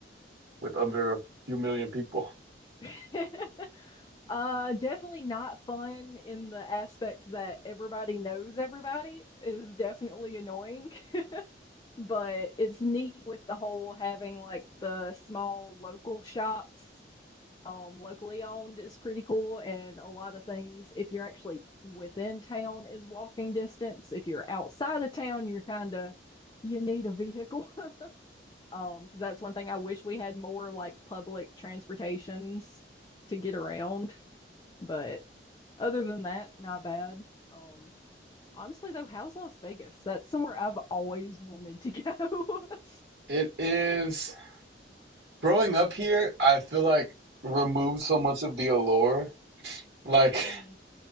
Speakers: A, on the right; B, on the left.
A: with under a few million people.
B: <laughs> Uh, definitely not fun in the aspect that everybody knows everybody is definitely annoying. <laughs> but it's neat with the whole having like the small local shops um locally owned is pretty cool and a lot of things if you're actually within town is walking distance if you're outside of town you're kind of you need a vehicle <laughs> um because that's one thing I wish we had more like public transportations to get around but other than that not bad um honestly though how's Las Vegas that's somewhere I've always wanted to go <laughs>
A: It is growing up here, I feel like removed so much of the allure. Like
B: Mm.